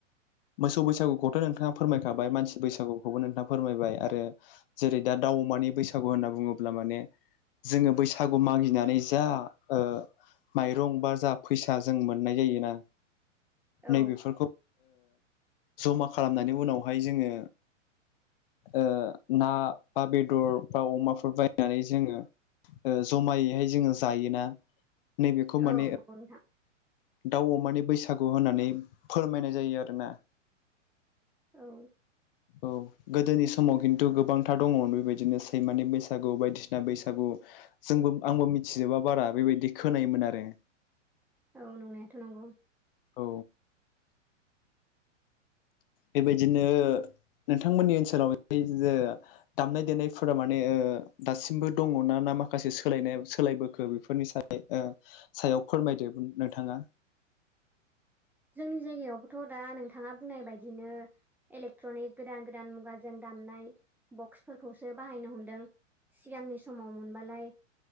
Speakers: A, on the left; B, in the centre.
A: मोसौ बैसागुखौथ' नोंथाङा फोरमायखाबाय मानसि बैसागुखौबो नोंथाङा फोरमायबाय आरो जेरै दा दाउ अमानि बैसागु होनना बुङोब्ला माने जोङो बैसागु मागिनानै जा ओ माइरं बा जा फैसा जों मोननाय जायोना
B: औ
A: नैबेफोरखौ जमा खालामनानै उनावहाय जोङो ओ ना बा बेदर बा अमाफोर बायनानै जोङो ओ जमायैहाय जोङो जायोना नैबेखौ माने
B: औ नंगौ नोंथां।
A: दाउ अमानि बैसागु होननानै फोरमायनाय जायो आरोना
B: औ
A: औ। गोदोनि समाव खिन्थु गोबांथार दङमोन बेबायदिनो सैमानि बैसागु बायदिसिना बैसागु जों आंबो मिथिजोबा बारा बेबायदि खोनायोमोन आरो
B: औ नंनायाथ' नंगौ।
A: औ बेबायदिनो नोंथांमोननि ओनसोलाव जे दामनाय देनायफोरा माने दासिमबो दङ न ना। माखासे सोलायनाय सोलायबोखो बेफोरनि स सायाव फोरमायदो नोंथाङा
B: जोंनि जायगायावबोथ' दा नोंथाङा बुंनाय बायदिनो इलेक्ट्रनिक गोदान गोदान मुगाजों दा दामनाय बक्सफोरखौसो बाहायनो हमदों सिगांनि समाव मोनबालाय।